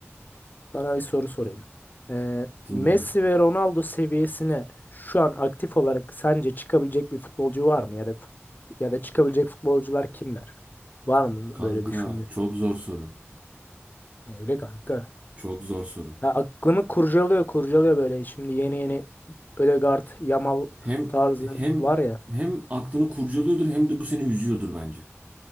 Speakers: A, on the left; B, on the right.
A: Sana bir soru sorayım. Ee, Messi
B: dinliyorum.
A: ve Ronaldo seviyesine şu an aktif olarak sence çıkabilecek bir futbolcu var mı? Ya da fut- ya da çıkabilecek futbolcular kimler? Var mı
B: Kanka
A: böyle düşündü?
B: çok zor soru.
A: Öyle kanka.
B: Çok zor soru.
A: Ya aklımı kurcalıyor kurcalıyor böyle şimdi yeni yeni Ødegaard, Yamal
B: Hem
A: tarzı
B: hem
A: var ya.
B: hem aklını kurcalıyordur hem de bu seni üzüyordur bence.